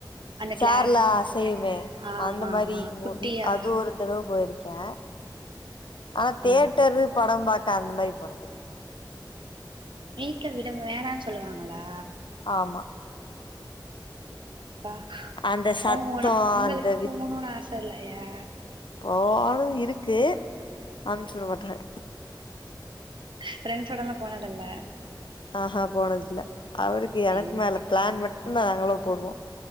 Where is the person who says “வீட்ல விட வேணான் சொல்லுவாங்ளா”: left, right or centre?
Right